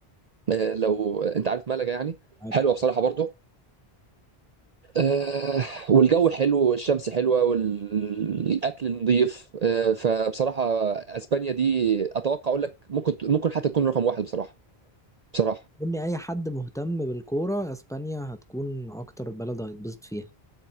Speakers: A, on the right (about 45°); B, in the centre.
A: آه، لو انت عارف ملجا يعني
B: عارف
A: حلوه بصراحه برضو آه، والجو حلو والشمس حلوه والاكل نظيف آه، فبصراحه اسبانيا دي اتوقع اقول لك ممكن ممكن حتى تكون رقم واحد بصراحه بصراحه
B: قول لي أي حد مهتم بالكورة أسبانيا هتكون أكتر بلد هيتبسط فيها